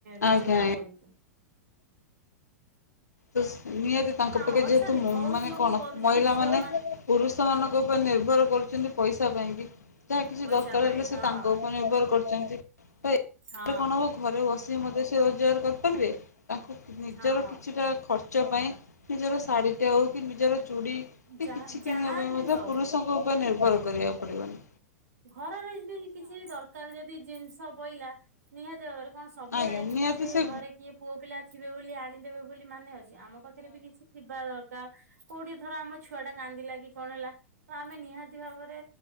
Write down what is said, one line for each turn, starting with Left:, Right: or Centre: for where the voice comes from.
Right: ରୋଜଗାର
Left: ଆଜ୍ଞା ଆଜ୍ଞା।
Right: କରୁଛୁ।
Left: ତ ନିହାତି ତାଙ୍କ
Right: ହଁ
Left: ପାଖେ
Right: ଅଛନ୍ତି
Left: ଯେହେତୁ ମ
Right: ବହୁତ
Left: ମାନେ
Right: ଲୋକ
Left: କଣ
Right: କରୁଛନ୍ତି
Left: ମହିଳା
Right: ଝିଅ
Left: ମାନେ ପୁରୁଷ ପୁରୁଷମାନଙ୍କ ଉପରେ ନିର୍ଭର କରୁଛନ୍ତି ପଇସା ପାଇଁକି। ଯାହା କିଛି
Right: ପଇସା
Left: ଦରକାର
Right: ପାଇଁ
Left: ହେଲେ
Right: ହଁ
Left: ସେ ତାଙ୍କ ଉପରେ ନିର୍ଭର କରୁଛନ୍ତି।
Right: ହଁ।
Left: ରେ କଣ ହବ ଘରେ ବସିିକ ମଧ୍ୟ ସେ ରୋଜଗାର କରିପାରିବେ ତାଙ୍କୁ ନିଜର
Right: ହଁ
Left: କିଛିଟା ଖର୍ଚ୍ଚ ପାଇଁ ନିଜର ଶାଢ଼ୀଟା ହେଉ କି ନିଜର ଚୁଡ଼ି ସେ
Right: ଯା
Left: କିଛି କିଣିବା
Right: ଯାହା
Left: ପାଇଁ
Right: ବି
Left: ମଧ୍ୟ
Right: ହଉ
Left: ପୁରୁଷଙ୍କ ଉପରେ ନିର୍ଭର କରିବାକୁ ପଡିବନି।
Right: ଘରରେ ଯଦି କିଛି ଦରକାର ଯଦି ଜିନିଷ ପଇଲା ନିହାତି ଭାବରେ କଣ ସବୁ
Left: ଆଜ୍ଞା
Right: ଟାଇମରେ
Left: ନିହାତି
Right: ଯେ
Left: ସେ
Right: ଘରେ କିଏ ପୁଅ ପିଲା ଥିବେ ବୋଲି ଆଣିଦେବେ ବୋଲି ମାନେ ଅଛି। ଆମ ପାଖରେ ବି କିଛି ଥିବା ଦରକାର କୋଉଠି ଧର ଆମ ଛୁଆଟା କାନ୍ଦିଲା କି କଣ ହେଲା ତ ଆମେ ନିହାତି ଭାବରେ